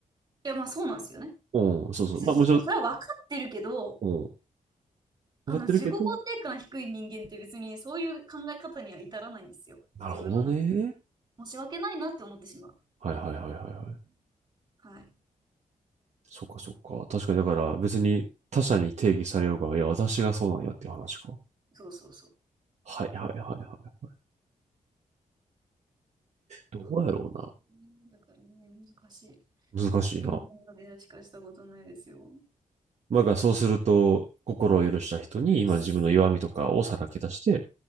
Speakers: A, on the right; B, on the right.
A: いや、まあそうなんですよね。
B: うん、そうそう。
A: そそそそれは分かってるけど、
B: まあもちろん、うん、分かってるけど、
A: あの、自己肯定感低い人間って別にそういう考え方には至らないんですよ。
B: なるほどね。
A: 自分の中で。申し訳ないなって思ってしまう。
B: はいはいはいはいはい。
A: はい。
B: そっかそっか。確かに、だから別に他者に定義されようが、いや、私がそうなんやっていう話か。
A: そうそうそう。
B: はいはいはいはい。どうやろ
A: そうんだからね、難しい。
B: うな。難しいな。
A: 不健康な出会いしかしたことないですよ。
B: まあ、だからそうすると、心を許した人に今自分の弱みとかをさらけ出して、
A: そう。